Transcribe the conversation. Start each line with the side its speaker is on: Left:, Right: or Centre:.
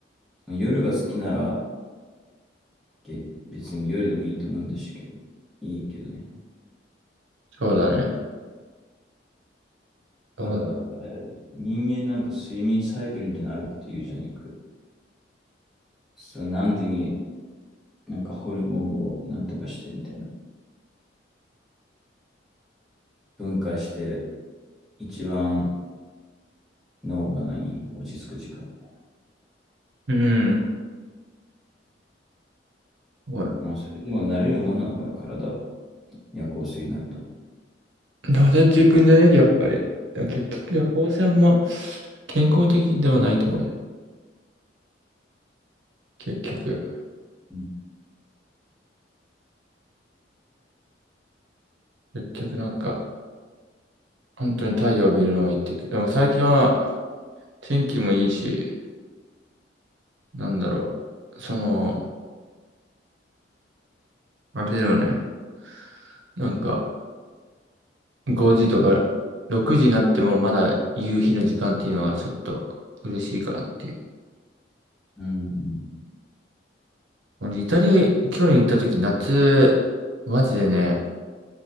Centre: 夜が好きなら、げ別に夜でもいいと思うんですけど、いいけどね。
Right: そうだね。そう
Centre: ただ、あれだよね、人間なんか睡眠サイクルみたいなのあるって言うじゃん、よく。そう、何時になんかホルモンをなんとかしてみたいな。分解して、一番脳が何落ち着く時間みたい
Right: うん。ほら。
Centre: な。もうそれでも慣れるもんなのかな、体。夜行性になると。
Right: なでていくんじゃねやっぱり。でも結局、夜行性あんま健康的ではないと思うよ。結局。
Centre: うん。
Right: 結局なんか、本当に太陽を見るのはいいって。でも最近は天気もいいし、なんだろう。その、あれだよね。なんか、5時とか6時になってもまだ夕日の時間っていうのがちょっと嬉しいかなっていう。
Centre: うん、
Right: 俺、イタリア、去年行った時、夏、マジでね、